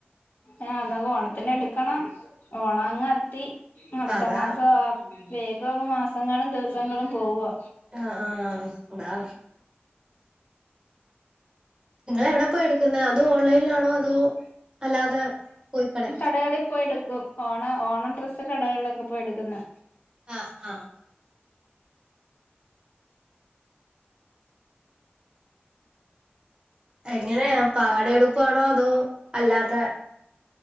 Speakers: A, on the left; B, on the right.
A: ഏഹ് അതൊക്കെ ഓണത്തിന് എട്ക്കെണം ഓണ അങ്ങ് എത്തി അട്ത്ത
B: അതാ
A: മാസവാ വേഗം മാസങ്ങളും ദിവ്സങ്ങളും പോവാ
B: ആഹ് ആഹ് അതാ നിങ്ങളെവെടെ പോയാ എട്ക്ക്ന്നെ അതും ഓൺലെയ്ൻലാണോ അതോ അല്ലാതെ പോയ് കടേ
A: കടകളി പോയ്ട്ക്കും ഓണ ഓണം ഡ്രെസ്സ് കടകൾലൊക്കെ പോയ് എട്ക്ക്ന്നെ
B: അഹ് ആഹ് എങ്ങനെയാ പാവാടേം ഉടുപ്പു ആണോ അതോ അല്ലാത്തെ